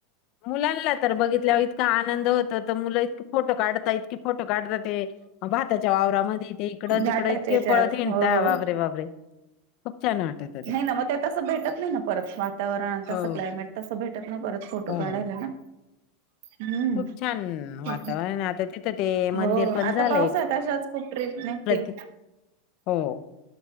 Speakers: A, on the left; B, on the right.
A: मुलांना तर बघितल्यावर इतका आनंद होत, तर मुलं इतक फोटो काढता इतकी फोटो काढतात, ते भाताच्या वावरामध्ये ते इकडं तिकडं
B: घाटाच्या
A: इतके
B: याच्यात
A: पळत, हिडता
B: हो
A: बाबरे बाबरे. खू छान वाटत
B: नाही ना मग ते, तसं भेटत नाही ना, परत वातावरण तसं
A: हो,
B: क्लायमेट तसं भेटत नाही, परत फोटो
A: हो.
B: काढायला न हम्म
A: खूप छान वातावरण
B: हो
A: आहे. आता तिथं ते
B: हो
A: मंदिर पण
B: आता
A: झालंय
B: पाऊसात अशाचं खूप, ट्र्रीप निघतील
A: प्रति हो,